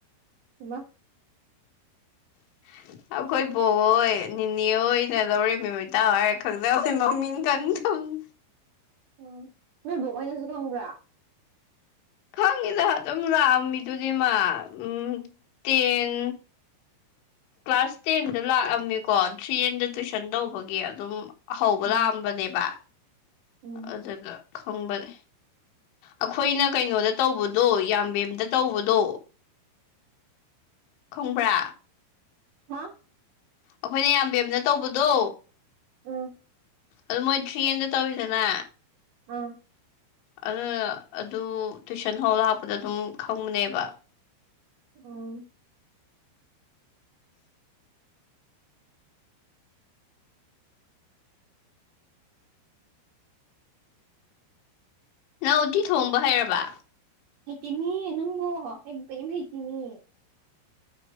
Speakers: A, on the right; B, on the left.
A: ꯍꯩꯃꯥ
B: <unintelligible> ꯑꯈꯣꯏ ꯕꯣꯛꯍꯣꯏ ꯅꯤꯅꯦ ꯍꯣꯏꯅ ꯂꯧꯔꯦꯝꯕꯝ ꯏꯇꯥꯎ ꯍꯥꯏꯔ ꯈꯪꯅꯕꯅꯦ ꯃꯃꯤꯡ ꯈꯪꯗꯕꯅꯦ
A: ꯎꯝ ꯅꯣꯏ ꯕꯣꯛ ꯍꯣꯏꯅꯁꯨ ꯈꯪꯕ꯭ꯔꯥ
B: ꯈꯪꯉꯤꯗ ꯑꯗꯨꯝ ꯂꯥꯛꯑꯝꯃꯤꯗꯨꯗꯤ ꯃꯥ ꯎꯝ ꯇꯦꯟ
A: ꯎꯝ
B: ꯀ꯭ꯂꯥꯁ ꯇꯦꯟꯗ ꯂꯥꯛꯑꯝꯃꯤꯀꯣ ꯊ꯭ꯔꯤ ꯑꯦꯟꯗ ꯇꯨꯏꯁꯟ ꯇꯧꯕꯒꯤ ꯑꯗꯨꯝ ꯑ ꯍꯧꯕ
A: ꯎꯝ
B: ꯂꯥꯛꯑꯝꯕꯅꯦꯕ
A: ꯎꯝ
B: ꯑꯗꯨ ꯑꯗꯨꯗ ꯈꯪꯕꯅꯦ ꯑꯈꯣꯏꯅ ꯀꯩꯅꯣꯗ ꯇꯧꯕꯗꯣ ꯌꯥꯝꯕꯦꯝꯗ ꯇꯧꯕꯗꯣ ꯈꯪꯕ꯭ꯔꯥ
A: <unintelligible>
B: ꯑꯈꯣꯏꯅ ꯌꯥꯝꯕꯦꯝꯗ ꯇꯧꯕꯗꯣ
A: ꯎꯝ
B: ꯑꯗꯨ ꯃꯣꯏ ꯊ꯭ꯔꯤ ꯑꯦꯟꯗ ꯇꯧꯋꯤꯗꯅ
A: ꯑꯥ
B: ꯑꯗꯨꯅ ꯑꯗꯨ ꯇꯨꯏꯁꯟ ꯍꯧ ꯂꯥꯛꯄꯗ ꯑꯗꯨꯝ ꯈꯪꯕꯅꯦꯕ
A: ꯎꯝ
B: ꯅꯪ ꯎꯇꯤ ꯊꯣꯡꯕ ꯍꯩꯔꯕ
A: ꯍꯩꯇꯦꯃꯤ ꯅꯪꯕꯣ ꯑꯩꯕꯨ ꯀꯩꯏꯝ ꯍꯩꯇꯦꯃꯤ